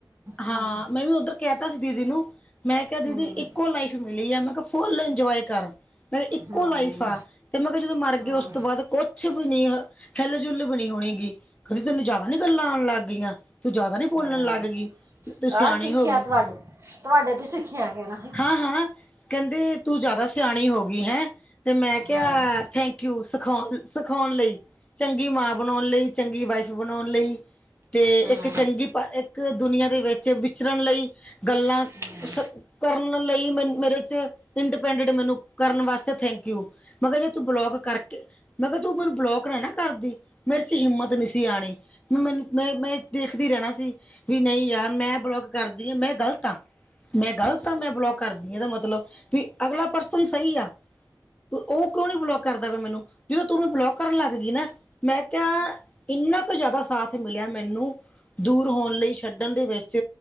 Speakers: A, on the left (about 15°); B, on the right (about 35°).
A: ਹਾਂ
B: ਹੂੰ
A: ਮੈਂ ਵੀ ਉੱਧਰ ਕਹਿ ਤੇ ਸੀ ਦੀਦੀ ਨੂੰ। ਮੈਂ ਕਿਹਾ ਦੀਦੀ
B: ਹੂੰ
A: ਇੱਕੋ ਲਾਈਫ ਮਿਲੀ ਹੈ ਮੈਂ ਕਿਹਾ ਫੁੱਲ ਇੰਜੋਏ ਕਰ। ਮੈਂ ਕਿਹਾ, ਇੱਕੋ
B: ਹੂੰ
A: ਲਾਈਫ ਆ ਤੇ ਮੈਂ ਕਿਹਾ ਜਦੋਂ ਮਰ
B: ਹਾਂ,
A: ਗਿਆ ਉਸ ਤੋਂ ਬਾਅਦ ਕੁਛ ਵੀ ਨਹੀਂ। ਹੈਲੋ-ਜੁੱਲ ਬਣੀ ਹੋਣੀਗੀ ਕਹਦੇ ਤੈਨੂੰ ਜ਼ਿਆਦਾ ਨੀ ਗੱਲਾਂ ਆਉਣ ਲੱਗ ਗਈਆਂ। ਤੂੰ ਜ਼ਿਆਦਾ ਨੀ ਬੋਲਣ
B: ਹਾ,
A: ਲੱਗ ਗਈ ਤੂੰ ਸਿਆਣੀ
B: ਆਹ ਸਿੱਖਿਆ
A: ਹੋ ਗਈ
B: ਤੁਹਾਡੇ- ਤੁਹਾਡੇ ਤੋਂ ਸਿੱਖਿਆ ਕਹਿਣਾ ਸੀ।
A: ਹਾਂ ਹਾਂ, ਕਹਿੰਦੇ ਤੂੰ ਜ਼ਿਆਦਾ ਸਿਆਣੀ ਹੋ ਗਈ ਹੈਂ। ਤੇ ਮੈਂ ਕਿਹਾ
B: ਹੂੰ
A: ਥੈਂਕ ਯੂ ਸਿਖਾ ਸਿਖਾਉਣ ਲਈ। ਚੰਗੀ ਮਾਂ ਬਣਾਉਣ ਲਈ, ਚੰਗੀ ਵਾਈਫ ਬਣਾਉਣ ਲਈ ਤੇ
B: ਹੂੰ
A: ਇੱਕ ਚੰਗੀ ਇੱਕ ਦੁਨੀਆਂ ਦੇ ਵਿੱਚ ਵਿਚਰਨ ਲਈ ਗੱਲਾਂ।
B: ਹੂੰ।
A: ਕਰਨ ਲਈ ਮੈ ਮੇਰੇ ਚ ਇੰਡੀਪੈਂਡੈਂਟ ਮੈਨੂੰ ਕਰਨ ਵਾਸਤੇ ਥੈਂਕ ਯੂ। ਮਗਰ ਜੇ ਤੂੰ ਬਲੋਕ ਕਰਕੇ ਮੈਂ ਕਿਹਾ, ਤੂੰ ਮੈਨੂੰ ਬਲੋਕ ਨਾ ਨਾ ਕਰਦੀ ਮੇਰੇ ਚ ਹਿੰਮਤ ਨਹੀਂ ਸੀ ਆਉਣੀ ਮੈਨੂੰ ਮੈਂ- ਮੈਂ ਦੇਖਦੀ ਰਹਿਣਾ ਸੀ ਵੀ ਨਹੀਂ ਯਾਰ ਮੈਂ ਬਲੋਕ ਕਰਦੀ ਹਾਂ ਮੈਂ ਗ਼ਲਤ ਹਾਂ। ਮੈਂ ਗ਼ਲਤ ਆ ਮੈਂ ਬਲੋਕ ਕਰਦੀ ਇਹਦਾ ਮਤਲਬ ਵੀ ਅਗਲਾ ਪਰਸਨ ਸਹੀਆ਼। ਉਹ ਕਿਉਂ ਨੀ ਬਲੋਕ ਕਰਦਾ ਫੇਰ ਮੈਨੂੰ ਜਿਦੋਂ ਤੂੰ ਮੈਨੁੰ ਬਲੋਕ ਕਰਨ ਲੱਗ ਗਈ ਨਾ। ਮੈਂ ਕਿਹਾ, ਇੰਨਾ ਕੁ ਜ਼ਿਆਦਾ ਸਾਥ ਮਿਲਿਆ ਮੈਨੂੰ। ਦੂਰ ਹੋਣ ਲਈ ਛੱਡਣ ਦੇ ਵਿੱਚ